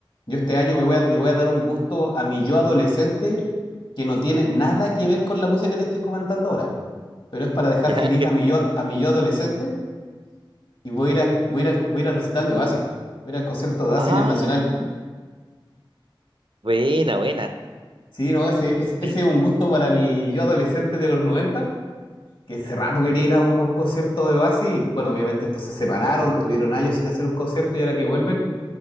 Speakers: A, on the left; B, on the right.
A: Yo este año me voy
B: No,
A: a- le
B: <laughs>
A: voy a dar un gusto a mi yo adolescente que no tiene nada que ver con la música que te estoy comentando ahora, pero es para dejar
B: ya,
A: feliz
B: que,
A: a mi yo, a mi yo adolescente y voy a ir, a- voy a ir al, voy a ir al recital de Oasis, voy a ir al concierto de Oasis
B: ah,
A: en el Nacional.
B: buena, buena.
A: Sí, no, ese, ese ese
B: sí
A: es un gusto para mi yo adolescente de los 90 que hace rato quería ir a un, a un concierto de Oasis. y, Bueno, obviamente estos se separaron, tuvieron años sin hacer un concierto y ahora que vuelven,